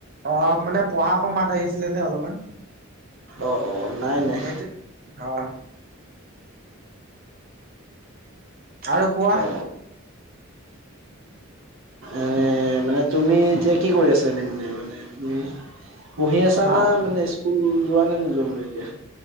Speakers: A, on the right; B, on the right.
A: অ মানে পহাক আক মাত আহিছিলে যে অলমান
B: অ অ নাই নাই
A: হেতি অ আৰু কোৱা
B: অ এ মানে তুমি এতিয়া কি কৰি আছা এ মানে মানে তুমি পঢ়ি আছা
A: হা
B: না মানে স্কুল যোৱা নে নোযোৱা মানে এতিয়া